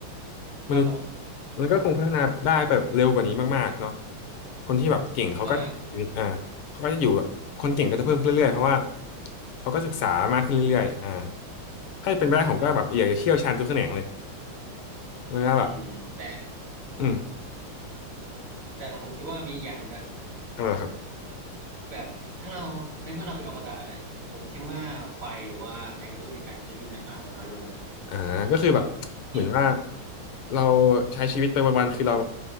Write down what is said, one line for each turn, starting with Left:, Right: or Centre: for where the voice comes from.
Right: ครับผม
Left: มนุษย์มันก็คงพัฒนาได้แบบเร็วกว่านี้มากๆเนาะคนที่แบบเก่งเขาก็ชีวิตอ่าเขาก็จะอยู่แบบคนเก่งก็จะเพิ่มขึ้นเรื่อยๆเพราะว่า
Right: ใช่
Left: เขาก็ศึกษามากขึ้นเรื่อยๆอ่าถ้าเป็นไปได้ผมก็แบบอยากจะเชี่ยวชาญทุกแขนงเลยแล้วก็แบบ
Right: อืมแต่
Left: อืม
Right: แต่ผมคิดว่ามีอีกอย่างหนึงด้วย
Left: อะไรเหรอครับ
Right: แบบถ้าเราในเมื่อเราเป็นอมตะเนี่ยผมคิดว่าไฟหรือว่าแรงกระตุ้นในการใช้ชีวิตเนี่ยมันอาจจะน้อยลงเลยนะ
Left: อ่าก็คือแบบเหมือนว่า
Right: แบบนี่
Left: เราใช้ชีวิตไปวันๆคือเรา